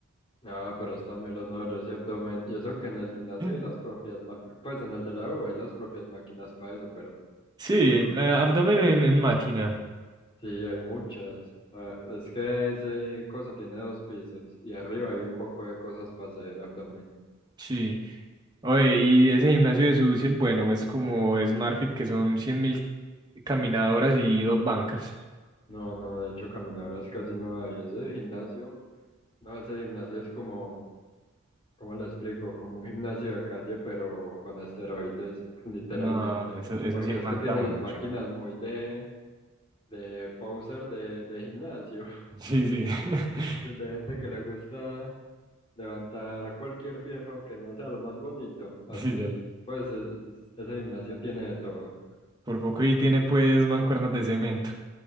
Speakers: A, on the left (about 25°); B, on the right (about 20°).
A: Ah, pero está melo, no, yo sí abdomen. Y eso que en el gimnasio
B: Mm.
A: hay las propias, ma- pues en el de la U hay las propias máquinas para eso, pero
B: Sí,
A: no.
B: eh, abdomen en, en máquina,
A: Sí, hay muchas. Ah, es que ese cosa tiene dos pisos y arriba hay un poco de cosas para hacer abdomen.
B: sí. Oye, y ese gimnasio de Susi es bueno, es como SmartFit, que son 100.000 caminadoras y dos bancas.
A: No, no, de hecho caminadoras casi no hay. Ese gimnasio, no, ese gimnasio es como, ¿Cómo lo explico? Como un gimnasio de calle, pero con esteroides, <laughs> literalmente.
B: No, eso, eso
A: Porque
B: sí levanta
A: es que tiene
B: mucho.
A: las máquinas muy de, de poser de, de gimnasio,
B: Sí, sí. <laughs>
A: <laughs> de gente que le gusta levantar cualquier fierro, aunque no sea lo más bonito. Así,
B: Sí, sí.
A: pues es- es- ese gimnasio tiene de todo.
B: Por poco y tiene pues mancuernas de cemento.